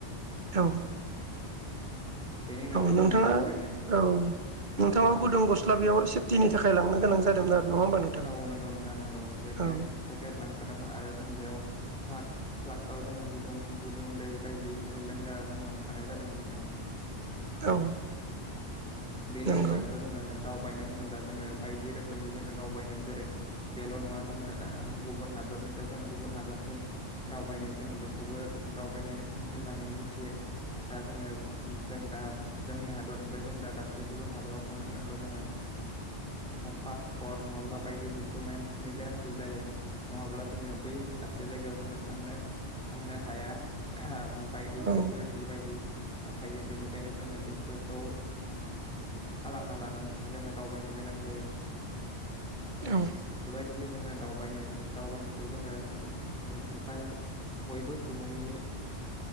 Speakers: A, on the right (about 45°); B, in the centre.
A: औ
B: बेनि उनावथ'
A: औ नोंथाङा
B: जोङो दावबायनाय
A: औ नोंथाङा
B: दा
A: गुदुं गस्ला बेयाव सेफ थिनि थाखाय लांनो गोनां जादोंमोन आरो? नङा होमबा नोंथां
B: औ नंगौ नोंथां नंगौ जेकेट
A: औ
B: जेकेट लांफादोंमोन आरो जों बेयाव फ्लाक्स फ्लाक्सआव जोङो गुदुं गुदुं दै बायदि ओ लोंग्रा जों लांफानाय जादोंमोन नोंथां।
A: औ
B: बेनि
A: नंगौ
B: अनगाबोथ' जोङो दावबायनो होनोब्ला जोङो बायदि रोखोमनि जोङो दावबायनाय जेरै बेल' नङा जोङो गुबुन हादरनिफ्राय जो गुबुन हादरसिम दावबायनाय जोङो बेखौबो दावबायनाय होननानै मिथियो। दा जोङो जों दा जोंनि हादरनिफ्राय जों दा दाबसेयाव गुबुन हादराव थांनो गोनांबा जोङो पास फर नङाब्ला बायदि डकुमेन्टसनि गोनांथि जायो नङाब्ला जोङो बै दाबसे जायगायाव जोङो थां नो थांनो हाया बायदि
A: औ
B: सेक'रिटि बायदि थायो बेनिखायनो जोङो बेफोरखौ खालामना लानानैसो जोङो दावबायनो गोनां जायो।
A: औ
B: बिदिनो जोङो दावबायनाय दावबायनायखौ जोङो उ उ दा बयबो सुबुंनि